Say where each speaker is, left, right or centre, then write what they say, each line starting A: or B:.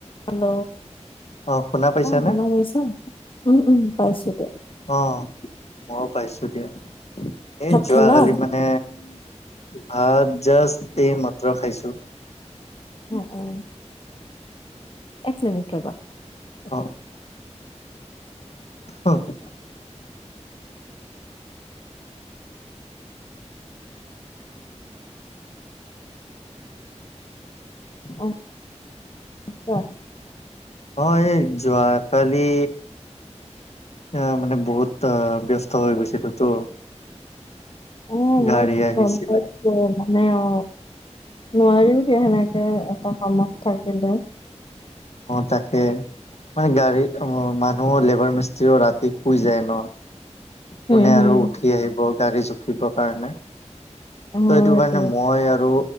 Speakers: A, on the left; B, on the left.
A: Hello.
B: অ' শুনা পাইছানে?
A: শুনা পাইছা উম উম পাইছো দিয়া
B: অ'। ময়ো পাইছো দিয়া, এই
A: ভাত
B: যোৱাকালি
A: খালা
B: মানে ভাত জাষ্ট এই মাত্ৰ খাইছো।
A: অ-অ এক মিনিট ৰবা।
B: অ'। অ <unintelligible>
A: অ <unintelligible> কোৱা।
B: অ এই যোৱাকালি এ মানে বহুত আ ব্যস্ত হৈ গৈছিলো তো।
A: উ
B: গাড়ী
A: মই
B: আহিছিলে
A: গম পাইছো, মানে অ নোৱাৰিও দিয়া সেনেকে, এটা কামত থাকিলে।
B: অ তাকে, মানে গাড়ী, অ, মানুহ লেবাৰ মিস্ত্ৰীও ৰাতি শুই যায় ন।
A: হম
B: কোনে আৰু
A: হম
B: উঠি আহিব গাড়ী জুখিবৰ কাৰণে। ত'
A: অ
B: এইটো
A: সেইটোৱে
B: কাৰণে মই আৰু